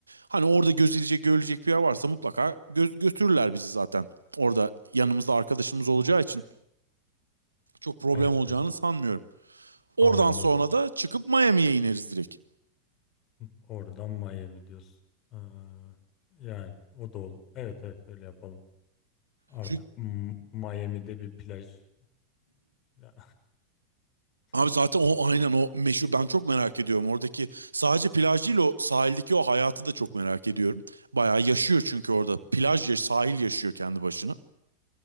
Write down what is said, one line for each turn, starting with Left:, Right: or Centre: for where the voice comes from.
Right: Hani orada gözülecek, görülecek bir yer varsa mutlaka gö- götürürler bizi zaten. Orada yanımızda arkadaşımız olacağı için çok problem
Left: Evet
Right: olacağını
Left: evet
Right: sanmıyorum.
Left: anladım.
Right: Oradan sonra da çıkıp Miami'ye ineriz direkt.
Left: Oradan Miami diyorsun. Ee, yani o da ol. Evet evet öyle yapalım. Artık
Right: Çünkü
Left: M- Miami'de bir plaj. Ya,
Right: abi
Left: <laughs>
Right: zaten
Left: tamam.
Right: o aynen o meşhur ben çok merak ediyorum. Oradaki sadece plaj değil o sahildeki o hayatı da çok merak ediyorum. Bayağı yaşıyor çünkü orada plaj yaş sahil yaşıyor kendi başına.